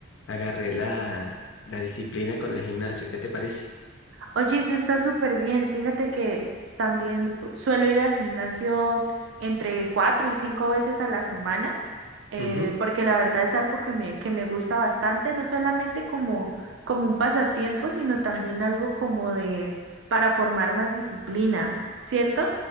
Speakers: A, on the left; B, on the right.
A: agarré la, la disciplina con el gimnasio. ¿Qué te parece?
B: Oye, eso está súper bien. Fíjate que también suelo ir al gimnasio entre cuatro y cinco veces a la semana, eh,
A: Ujú.
B: porque la verdad es algo que me, que me gusta bastante, no solamente como, como un pasatiempo, sino también algo como de para formar más disciplina, ¿cierto?